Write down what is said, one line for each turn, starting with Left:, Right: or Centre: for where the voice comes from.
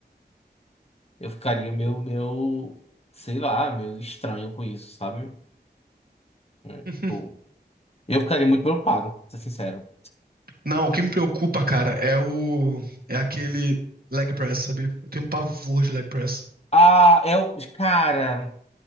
Left: Eu ficaria meu, meu, sei lá, meu estranho com isso, sabe? É, tipo,
Right: <laughs>
Left: eu ficaria muito preocupado, pra ser sincero.
Right: Não, o que me preocupa, cara, é o. É aquele leg press, sabe? Eu tenho um pavor de leg press.
Left: Ah, é o. Cara.